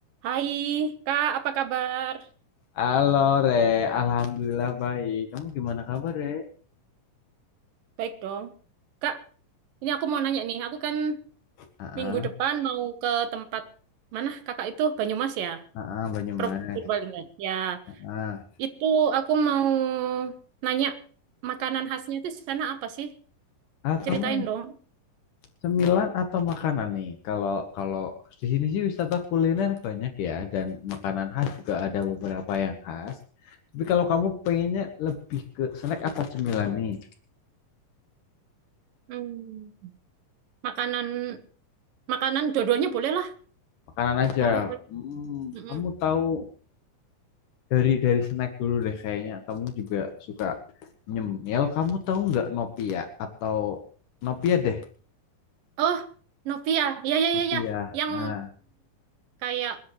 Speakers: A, on the right; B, on the left.
A: Hai, Kak, apa kabar?
B: Halo Re, Alhamdulillah baik. Kamu gimana kabar Re?
A: Baik dong. Kak, ini aku mau nanya nih. Aku kan
B: Ah,
A: minggu depan mau ke tempat mana Kakak itu? Banyumas ya?
B: ah, ah, Banyumas.
A: Purb- Purbalingga. Ya,
B: Ah,
A: Ya, itu aku mau nanya makanan khasnya itu di sana apa sih?
B: ah, kamu
A: Ceritain dong.
B: cemilan atau makanan nih? Kalau kalau di sini sih wisata kuliner banyak ya dan makanan khas juga ada beberapa yang khas. Tapi kalau kamu pengennya lebih ke snack apa cemilan nih?
A: Hmm, makanan makanan dua-duanya boleh lah.
B: Makanan aja.
A: Boleh, boleh.
B: Hmm,
A: Hmm,
B: kamu
A: hmm.
B: tahu dari dari snack dulu deh kayaknya. Kamu juga suka nyemil. Kamu tahu nggak Nopia atau Nopia deh?
A: Oh, Nopia. Ya, ya,
B: Ngopi
A: ya, ya.
B: ya.
A: Yang
B: Nah,
A: kayak